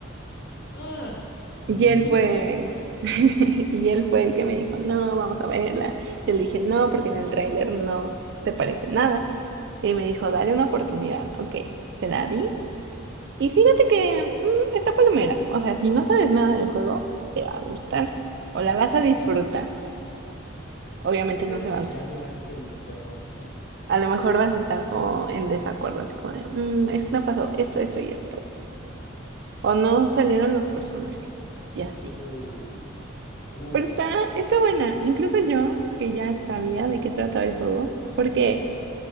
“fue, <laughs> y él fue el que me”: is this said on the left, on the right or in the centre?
Right